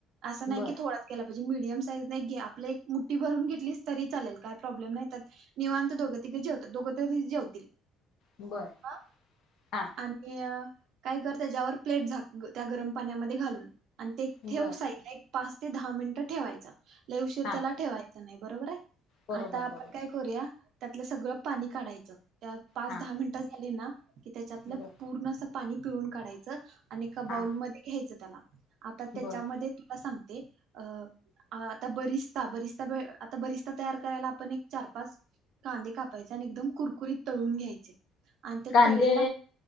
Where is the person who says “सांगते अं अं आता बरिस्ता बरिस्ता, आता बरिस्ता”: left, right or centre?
Right